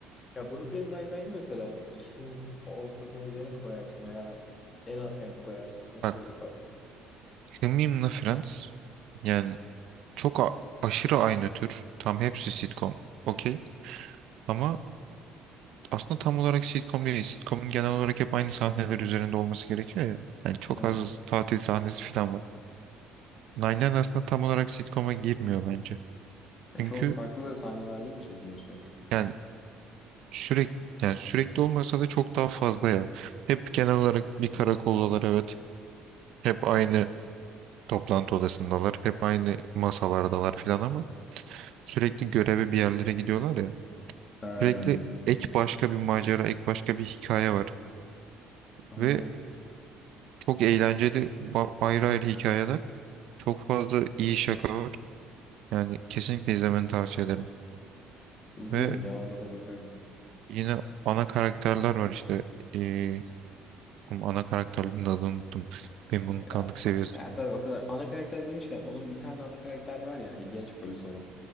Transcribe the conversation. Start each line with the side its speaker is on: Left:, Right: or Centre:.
Left: Ya Brooklyn Nine-Nine'i mesela ikisinin ortasını bir yere mi koyarsın veya en arkaya mı koyarsın? Nasıl
Right: Bak
Left: yaparsın?
Right: Hımim'le Friends yani çok a- aşırı aynı tür. Tam hepsi sitcom. Okey. Ama Aslında tam olarak sitcom değil. Sitcom'un genel olarak hep aynı sahneler üzerinde olması gerekiyor ya. Yani çok
Left: Evet.
Right: az tatil sahnesi falan var. Nine Nine aslında tam olarak sitcom'a girmiyor bence.
Left: Yani
Right: Çünkü
Left: çok farklı sahnelerde mi çekiliyor sürekli?
Right: yani sürekli yani sürekli olmasa da çok daha fazla ya. Hep genel olarak bir karakoldalar evet. Hep aynı toplantı odasındalar. Hep aynı masalardalar falan ama sürekli göreve bir yerlere gidiyorlar ya.
Left: Ha.
Right: Sürekli ek başka bir macera, ek başka bir hikaye var.
Left: Anladım.
Right: Ve çok eğlenceli ba- ayrı ayrı hikayeler. Çok fazla iyi şaka var. Yani kesinlikle izlemeni tavsiye ederim.
Left: İzlerim
Right: Ve
Left: ya ona da bakarım.
Right: yine ana karakterler var işte. Ee, oğlum ana karakterlerin adını unuttum. Benim unutkanlık
Left: Ya,
Right: seviyesi.
Left: ya tabii o kadar. Ana karakter demişken onun bir tane ana karakter var ya hani genç polis olan.